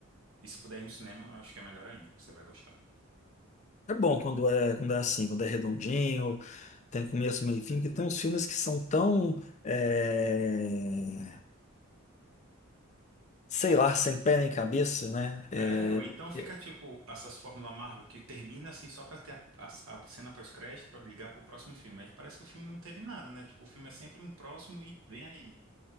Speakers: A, on the right; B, on the left.
A: E se puder ir no cinema, eu acho que é melhor ainda, porque você vai gostar.
B: É bom quando é, quando é assim, quando é redondinho, tem começo, meio e fim, porque tem uns filmes que são tão, é, sei lá, sem pé nem cabeça, né? É,
A: É, ou então fica
B: é,
A: tipo essas Fórmula Marvel que termina assim só pra ter a, a- a cena pós-crédito pra ligar pro próximo filme. Aí parece que o filme não teve nada, né? Tipo, o filme é sempre um próximo e vem aí.